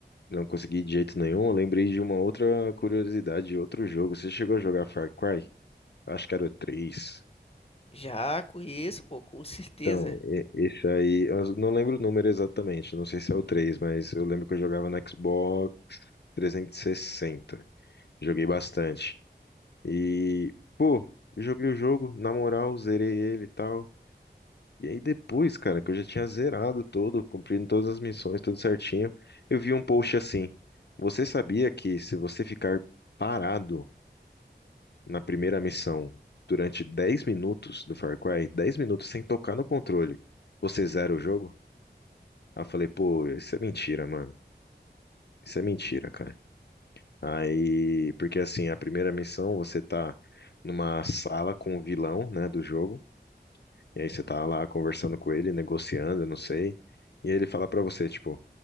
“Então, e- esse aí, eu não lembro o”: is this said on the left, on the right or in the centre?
Left